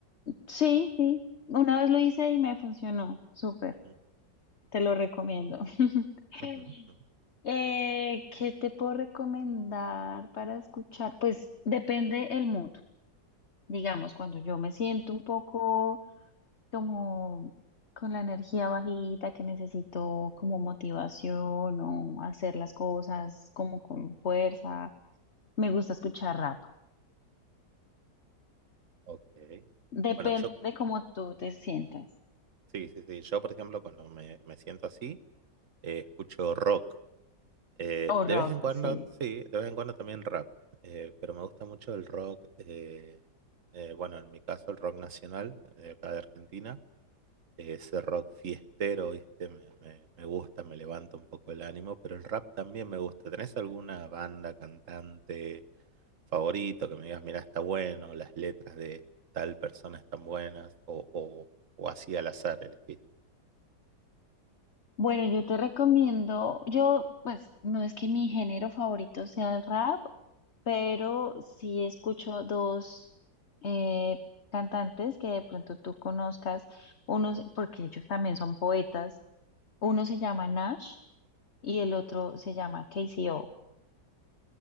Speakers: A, on the left (about 40°); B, on the right (about 50°).
A: sí, sí, una vez lo hice y me funcionó, súper,
B: Mm,
A: te lo recomiendo. <laughs>
B: <laughs> ujú, ujú.
A: Eh, ¿qué te puedo recomendar para escuchar? Pues depende el mood. Digamos, cuando yo me siento un poco como con la energía bajita, que necesito como motivación o hacer las cosas como con fuerza, me gusta escuchar rap.
B: Ok.
A: Depende
B: Bueno, yo
A: cómo tú te sientas.
B: Sí, sí, sí. Yo, por ejemplo, cuando me, me siento así, eh, escucho rock. Eh,
A: O rock,
B: de vez en cuando,
A: sí.
B: sí, de vez en cuando también rap. Eh, pero me gusta mucho el rock, eh, eh, bueno, en mi caso el rock nacional, eh, de acá de Argentina. Eh, Ese rock fiestero, ¿viste? Me, me- me gusta, me levanta un poco el ánimo, pero el rap también me gusta. ¿Tenés alguna banda, cantante favorito que me digas, mira, está bueno, las letras de tal persona están buenas, o, o, o así al azar elegís?
A: Bueno, yo te recomiendo, yo pues no es que mi género favorito sea el rap, pero sí escucho dos eh, cantantes que de pronto tú conozcas, unos, porque ellos también son poetas, uno se llama Nash y el otro se llama K C O.